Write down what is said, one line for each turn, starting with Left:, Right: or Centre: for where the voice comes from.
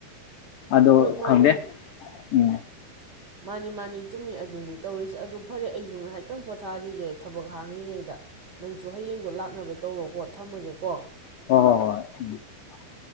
Left: ꯑꯗꯣ
Right: ꯍꯣꯏ ꯃꯥꯅꯤ
Left: ꯈꯪꯗꯦ ꯎꯝ
Right: ꯃꯥꯅꯤ ꯃꯥꯅꯤ ꯆꯨꯝꯃꯤ ꯑꯗꯨꯅꯤ ꯇꯧꯔꯤꯁꯦ ꯑꯗꯨ ꯐꯔꯦ ꯑꯩꯁꯨ ꯉꯥꯏ ꯇꯪ ꯄꯣꯊꯥꯔꯤꯒꯦ ꯊꯕꯛ ꯍꯥꯡꯉꯤꯉꯩꯗ ꯅꯪꯁꯨ ꯍꯌꯦꯡꯗꯣ ꯂꯥꯛꯅꯕ ꯇꯧꯔꯣꯀꯣ ꯊꯝꯃꯒꯦꯀꯣ
Left: ꯍꯣꯏ ꯍꯣꯏ ꯍꯣꯏ